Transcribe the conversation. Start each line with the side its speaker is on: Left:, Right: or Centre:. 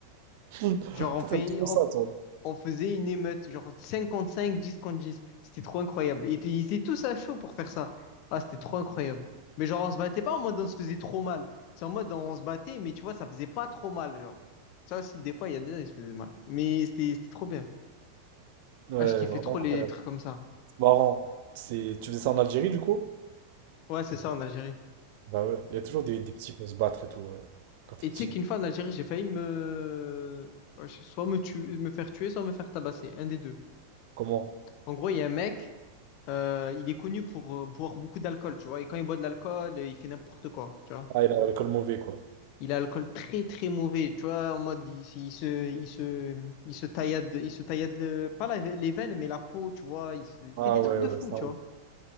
Right: Toi,
Left: Genre, on
Right: t'as
Left: fait,
Right: un petit peu
Left: on,
Right: ça, toi.
Left: on faisait une émeute, genre 55, 10 contre 10. C'était trop incroyable. Et ils étaient tous à chaud pour faire ça. Ah, c'était trop incroyable. Mais genre, on se battait pas en mode on se faisait trop mal. C'est en mode on se battait, mais tu vois, ça faisait pas trop mal, genre. Ça aussi, des fois, il y a des gens qui se faisaient mal. Mais c'était c'était trop bien.
Right: Ouais,
Left: Ah, je kiffais
Right: vraiment
Left: trop
Right: incroyable.
Left: les trucs comme ça.
Right: C'est marrant. C'est... Tu faisais ça en Algérie, du coup?
Left: Ouais, c'est ça en Algérie.
Right: Bah ouais, il y a toujours des, des petits pour se battre et tout, ouais, quand t'es
Left: Et
Right: petit.
Left: tu sais qu'une fois en Algérie, j'ai failli me... Soit me tuer, me faire tuer, soit me faire tabasser. Un des deux.
Right: Comment?
Left: En gros, il y a un mec Euh, il est connu pour euh, boire beaucoup d'alcool, tu vois. Et quand il boit de l'alcool, euh, il fait n'importe quoi, tu vois.
Right: Ah, il a le col mauvais, quoi.
Left: Il a l'alcool très très mauvais, tu vois. En mode, il, se, il se, il se, il se taillade, il se taillade euh, pas la- les veines, mais la peau, tu vois. Il, se- il
Right: Ah
Left: fait des trucs
Right: ouais,
Left: de
Right: ouais,
Left: fou,
Right: ça.
Left: tu vois.